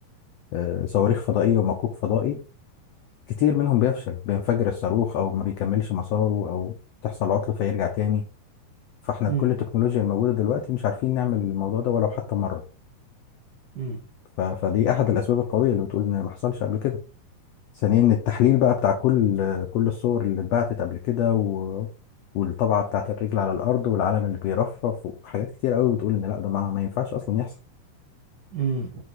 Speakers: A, on the left; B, on the right.
A: آه، صواريخ فضائية ومكوك فضائي كتير منهم بيفشل بينفجر الصاروخ او ما بيكملش مساره او تحصل عطل فيرجع تاني فاحنا
B: امم
A: بكل التكنولوجيا الموجوده دلوقتي مش عارفين نعمل الموضوع ده ولو حتى مره
B: امم
A: ف... فدي احد الاسباب القويه اللي بتقول ان ما حصلش قبل كده ثانيا إن التحليل بقى بتاع كل كل الصور اللي اتبعتت قبل كده و... والطبعه بتاعت الرجل على الارض والعلم اللي بيرفرف وحاجات كتير قوي بتقول ان لا ده ما, ما ينفعش اصلا يحصل
B: امم